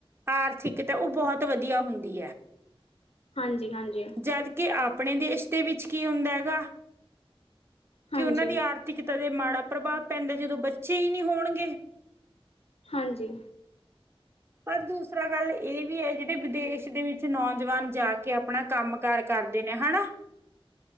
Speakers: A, on the right; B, on the left.
A: ਆਰਥਿਕਤਾ ਓ ਬੋਤ ਵਧੀਆ ਹੁੰਦੀ ਐ।
B: ਹਾਂਜੀ-ਹਾਂਜੀ।
A: ਜਦ ਕਿ ਆਪਣੇ ਦੇਸ਼ ਦੇ ਵਿੱਚ ਕੀ ਹੁੰਦਾ ਹੈਗਾ, ਕਿ
B: ਹਾਂਜੀ,
A: ਓਨਾਂ ਦੀ ਆਰ ਥਿਕਤਾ ਦੇ ਮਾੜਾ ਪ੍ਰਭਾਵ ਪੈਂਦਾ ਜਦੋਂ ਬੱਚੇ ਈ ਨੀ ਹੋਣਗੇ
B: ਹਾਂਜੀ।
A: ਪਰ ਦੂਸਰਾ ਗੱਲ ਏ ਵੀ ਏ ਜੇੜੇ ਵਿਦੇਸ਼ ਦੇ ਵਿੱਚ ਨੌਜਵਾਨ ਜਾ ਕੇ ਅਪਣਾ ਕੰਮ ਘਾਰ ਕਾਰਦੇ ਨੇਂ ਹਣਾਂ।